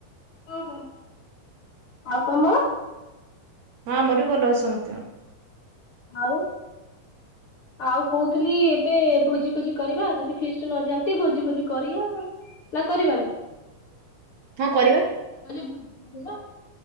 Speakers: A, on the left; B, on the right.
A: ଅ ହୋ ଆଉ ତମର।
B: ହଁ ଆମର ବି ଭଲ ଅଛି ସମସ୍ତିଙ୍କର।
A: ଆଉ, ଆଉ କୋଉ ଖଲି ଏବେ ଭୋଜି ଫୋଜି କରିବା ଯଦି ଫିଷ୍ଟ ନ ଯାଆନ୍ତି ଭୋଜି ଫୋଜି କରିଆ। ନାଁ କରିବାନି?
B: ହଁ କରିବା
A: କହିଲି ଭୋଜି କରିବା?